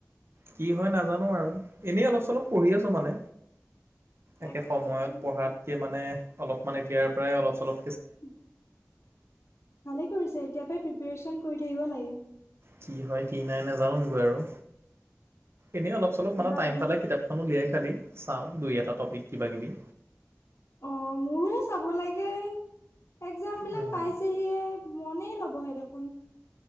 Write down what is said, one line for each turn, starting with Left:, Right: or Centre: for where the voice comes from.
Right: কি হয়, নাজানো আৰু এনেই অলপ, চলপ পঢ়ি আছো মানে।
Left: তাকে
Right: একে সময়ত
Left: তাকে
Right: পঢ়াতকে মানে অলপমান ইয়াৰ পৰাই অলপ চলপ
Left: ভালে কৰিছে, এতিয়াৰ পৰাই প্ৰিপাৰেচন কৰি থাকিব লাগে।
Right: কি হয়, কি নাই নাজানোগৈ আৰু। এনেই অলপ, চলপ মানে
Left: ভাল
Right: টাইম
Left: ভাল
Right: পালে কিতাপখন উলিয়াই খাতি চাওঁ দুই এটা ট'পিক কিবাকিবি।
Left: অ', মোৰো চাব লাগে। এক্জাম বিলাক
Right: উম,
Left: পাইছেহিয়ে মনে নবহে দেখোন।